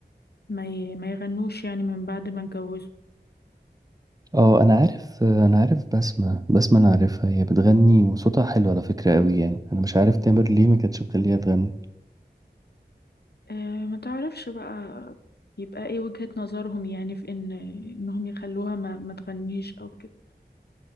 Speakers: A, on the left; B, on the right.
A: ما, ي... ما يغنوش يعني من بعد ما اتجوزوا
B: اه أنا عارف آه، أنا عارف بسمة بسمة أنا عارفها هي بتغني وصوتها حلو على فكرة أوي يعني أنا مش عارف تامر ليه ما كانتش مخليها تغني
A: آه، ما تعرفش بقى يبقى ايه وجهة نظرهم يعني في ان انهم يخلوها ما, ما تغنيش او كده